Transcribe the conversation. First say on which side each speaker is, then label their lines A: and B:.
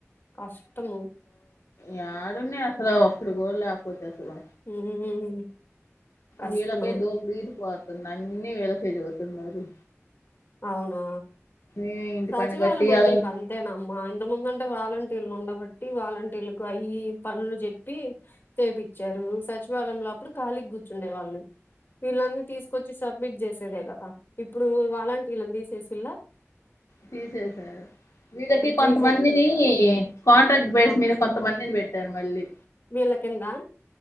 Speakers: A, on the left (about 45°); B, on the left (about 80°).
A: <unintelligible>
B: యడున్నయ్ అసలు ఒక్కట్ గూడ్ లేక్పోతే అసలు
A: <inaudible> కష్టమైన
B: వీళ్ళకే దోప్ దీర్ పోతున్నయ్ అన్ని వీళ్ళకే చెబుతున్నారు
A: అవునా
B: ఏ ఇంటి
A: సచివాలయం
B: పని కట్టియాలని
A: అంటే ఇంకా అంతేనమ్మా ఇంతకు ముందంటే వాలంట్రీలు ఉండబట్టి వాలంట్రీలకు అయిఇయి పనులు జెప్పి చేపిచ్చారు సచివాలయంలో అప్పుడు ఖాళీగ్ కూర్చుండే వాళ్ళు వీళ్ళన్నీ తీస్కొచ్చి సబ్మిట్ చేసేదే గదా ఇప్పుడు వాలంట్రీలన్ తీసేసిన్ల
B: తీసెసారు వీళ్ళకి కొంతమందిని
A: తీసేత్తే
B: కాంట్రాక్ట్ బేస్
A: ఆ
B: మీద్ కొంతమందిన్ బెట్టార్ మళ్ళీ
A: వీళ్ళ కింద